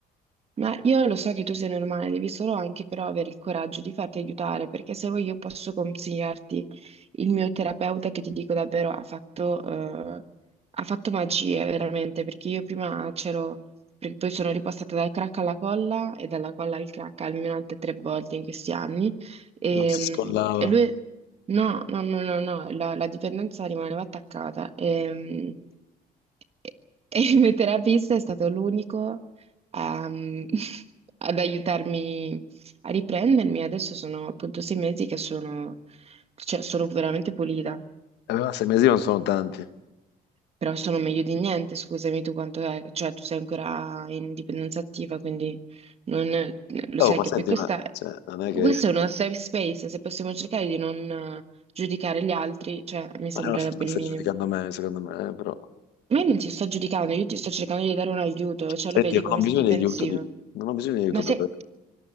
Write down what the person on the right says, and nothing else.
Ma io lo so che tu sei normale, devi solo anche però avere il coraggio di farti aiutare, perché se vuoi io posso consigliarti il mio terapeuta che ti dico davvero ha fatto, eh, ha fatto magie veramente, perché io prima c'ero, perché poi sono ripostata dal crack alla colla e dalla colla al crack almeno altre tre volte in questi anni e,
mm,
e lui, no, no, no, no, no, la, la dipendenza rimaneva attaccata e, mm, e e il mio terapista è stato l'unico a- <laughs> ad aiutarmi a riprendermi. Adesso sono appunto sei mesi che sono, cioè, sono veramente pulita,
però sono meglio di niente, scusami tu quanto è, cioè tu sei ancora in dipendenza attiva, quindi non, lo
sai
che
poi questa
è,
questo
è uno safe space, se possiamo cercare di non eh, giudicare gli altri, cioè mi
sembrerebbe
il
minimo.
Ma io non ti sto giudicando, io ti sto cercando di dare un aiuto, cioè
lo vedi
come
sei difensivo.
Ma se